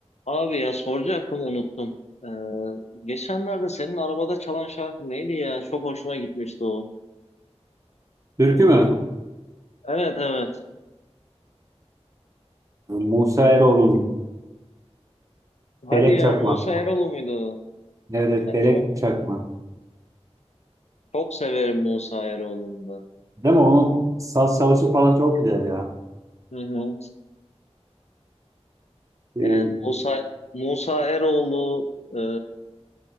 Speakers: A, on the left; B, on the right.
A: Abi ya soracaktım unuttum. Ee, geçenlerde senin arabada çalan şarkı neydi ya? Çok hoşuma gitmişti o.
B: Türkü mü?
A: Evet evet.
B: Musa Eroğlu'nun
A: Hadi
B: Felek
A: ya
B: Çakma.
A: Musa Eroğlu muydu o?
B: Evet, evet,
A: Ya
B: Felek
A: çok
B: Çakma.
A: çok severim Musa Eroğlu'nu da.
B: Değil mi? Onun saz çalışı falan çok güzel ya.
A: Hı hı.
B: Ee,
A: Yani Musa Musa Eroğlu, e,